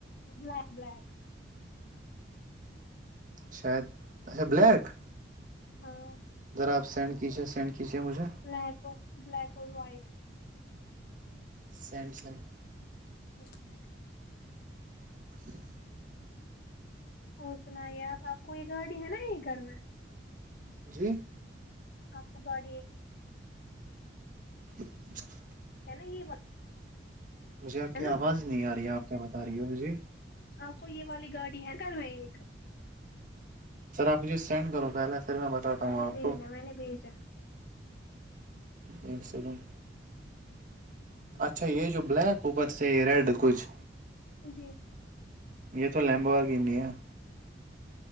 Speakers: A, on the left; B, on the right.
A: بلیک بلیک
B: شاید اچھا بلیک
A: ہاں
B: ذا آپ سینڈ کیجیے سینڈ کیجیے مجھے
A: بلیک اور بلیک اور وائٹ <unintelligible>
B: سیمسنگ <unintelligible>
A: ایک با
B: <inaudible>
A: اور سناائی آپ آپ کو یہ گاڑی ہے نا یہ گھر میں
B: جی
A: آپ کو گاڑی ایک
B: <inaudible>
A: ہے نا یہ <unintelligible>
B: مجھے آپ کی
A: ہے نا
B: آواز نہیں آ رہی ہے آپ کیا بتا رہی ہو مجھے
A: آپ کو یہ والی گاڑی ہے گھر میں ایک
B: سر آپ مجھے سینڈ کرو پہلے پھر میں بتاتا ہوں
A: نے
B: آپ
A: بھیجا
B: کو
A: میں نے بھیجا <unintelligible>
B: اسلام
A: اچ <unintelligible>
B: اچھا یہ جو بلیک اوپر سے یہ ریڈ کچھ
A: جی
B: یہ تو لمبوار گی ہیں <unintelligible>